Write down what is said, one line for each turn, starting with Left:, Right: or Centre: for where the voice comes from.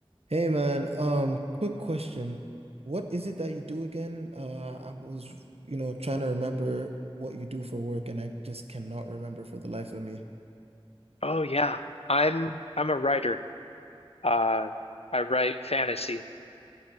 Right: Hey man, um, quick question. What is it that you do again? Uh, I was, you know, trying to remember what you do for work and I just cannot remember for the life of me.
Left: Oh yeah, I'm I'm a writer. Uh, I write fantasy